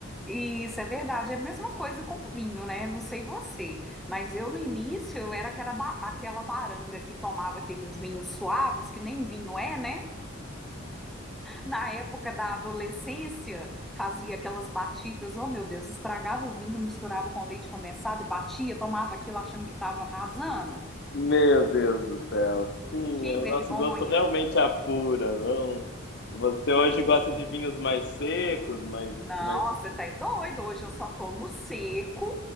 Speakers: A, in the centre; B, on the left.
A: Isso é verdade, é a mesma coisa com vinho, né? Não sei você, mas eu no início eu era aquela, ba- aquela baranga que tomava aqueles vinhos suaves, que nem vinho é, né? Na época da adolescência, fazia aquelas batidas, oh meu Deus, estragava o vinho, misturava com leite condensado e batia, tomava aquilo achando que estava arrasando.
B: Meu Deus do céu. Sim,
A: Que
B: é o
A: vergonha.
B: nosso gosto realmente apura, não? Você hoje gosta de vinhos mais secos, mais
A: Não,
B: mais
A: você tá é doido. Hoje eu só tomo seco.